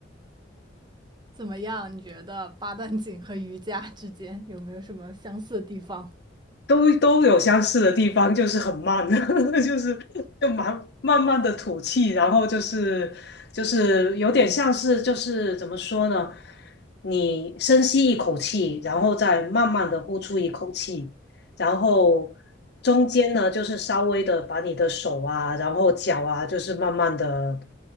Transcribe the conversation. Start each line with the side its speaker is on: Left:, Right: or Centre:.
Right: 怎么样？你觉得八段锦和瑜伽之间有没有什么相似的地方？
Left: 都都有相似的地方，就是很慢，<laughs> 就是就慢慢慢的吐气，然后就是就是有点像是就是怎么说呢？你深吸一口气，然后再慢慢的呼出一口气，然后中间呢就是稍微的把你的手啊，然后脚啊，就是慢慢的